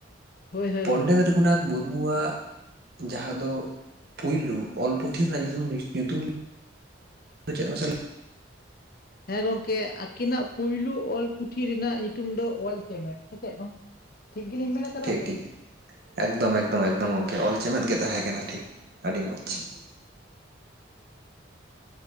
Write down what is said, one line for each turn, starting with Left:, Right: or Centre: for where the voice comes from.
Left: ᱦᱳᱭ ᱦᱳᱭ
Right: ᱯᱚᱱᱰᱤᱛ
Left: ᱜᱚᱝᱠᱮ ᱮᱠᱫᱚᱢ
Right: ᱨᱚᱜᱷᱩᱱᱟᱛᱷ ᱢᱩᱨᱢᱩᱣᱟᱜ ᱡᱟᱦᱟᱸ ᱫᱚ ᱯᱩᱭᱞᱩ ᱚᱞ ᱯᱩᱛᱷᱤ ᱨᱮᱱᱟᱜ ᱧᱩᱛᱩᱢ ᱧᱩᱛᱩᱢ ᱪᱮᱜ ᱢᱟᱥᱮ ᱞᱟᱹᱭ
Left: ᱦᱮᱸ ᱜᱚᱝᱠᱮ ᱟᱹᱠᱤᱱᱟᱜ ᱯᱳᱭᱞᱩ ᱚᱞ ᱯᱩᱛᱷᱤ ᱨᱮᱱᱟᱜ ᱧᱩᱛᱩᱢ ᱫᱚ ᱚᱞ ᱪᱮᱢᱮᱫ ᱥᱮ ᱪᱮᱫ ᱜᱚᱝ ᱴᱷᱤᱠ ᱜᱤᱞᱤᱧ ᱢᱮᱱ ᱠᱟᱫᱟ
Right: ᱴᱷᱤᱠ
Left: ᱛᱚ?
Right: ᱴᱷᱤᱠ ᱮᱠᱫᱚᱢ ᱮᱠᱫᱚᱢ ᱮᱠᱫᱚᱢ ᱜᱚᱝᱠᱮ ᱚᱞ ᱪᱮᱢᱮᱫ ᱜᱮ ᱛᱟᱦᱮᱸ ᱠᱟᱱᱟ ᱴᱷᱤᱠ ᱟᱹᱰᱤ ᱢᱚᱡᱽ ᱾